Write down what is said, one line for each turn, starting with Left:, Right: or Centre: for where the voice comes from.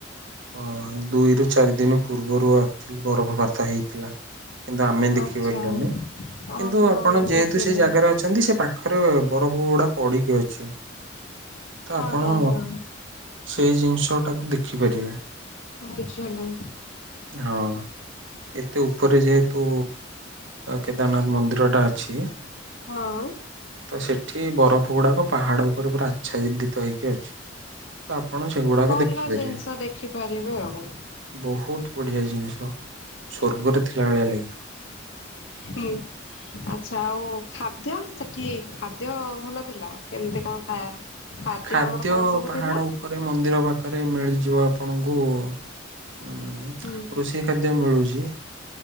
Right: ହଁ ଦୁଇରୁ ଚାରି ଦିନ ପୂର୍ବରୁ ଆକଚ୍ୟୁଲି ବରଫପତା ହେଇଥିଲା। କିନ୍ତୁ ଆମେ ଦେଖିପାରିଲୁନି
Left: ଆଚ୍ଛା ଓହୋ
Right: କିନ୍ତୁ ଆପଣ ଯେହେତୁ
Left: ବୁଝିଲି
Right: ସେଇ ଜାଗାରେ ଅଛନ୍ତି ସେ ପା ପାଖରେ ବରଫ ଗୁଡ଼ା ପଡ଼ିକି ଅଛି। ଆପଣ
Left: ହଁ ହଁ ହଁ
Right: ସେଇ ଜିନିଷ ଟାକୁ ଦେ ଦେଖିପାରିବେ
Left: ବୁଝିଲି
Right: ହଁ। ଏତେ ଉପରେ ଯେହେତୁ କେଦାରନାଥ ମନ୍ଦିର ଟା ଅଛି
Left: ହଁ
Right: ତ ସେଠି ବରଫ <unintelligible> ପାହାଡ଼ ଉପରେ ପୁରା ଆଚ୍ଛା ଦିଦିତ ହେଇକି ଅଛି। ତ ଆପଣ ସେଗୁଡାକ
Left: ଭଲ
Right: ଦେଖିପାରିବେ
Left: ଜିନିଷ ଦେଖିପାରିବେ ଆଉ।
Right: ବହୁତ ବଢିଆ ଜିନିଷ। ସ୍ୱର୍ଗରେ ଥିଲା ଭଳିଆ ଲାଗିବ।
Left: ହୁଁ ଆଚ୍ଛା ଆଉ ଖାଦ୍ୟ ସେଠି ଖାଦ୍ୟ ଭଲ ଥିଲା କେମିତି? କଣ <unintelligible>
Right: ଖାଦ୍ୟ
Left: ଆମର କଣ ସବୁ
Right: ପାହାଡ
Left: ଥିଲା?
Right: ଉପରେ ମନ୍ଦିର ପାଖରେ ମିଳିଯିବ ଆପଣଙ୍କୁ ହୁଁ
Left: ହୁଁ
Right: କୃଷି ଖାଦ୍ୟ ମିଳୁଛି।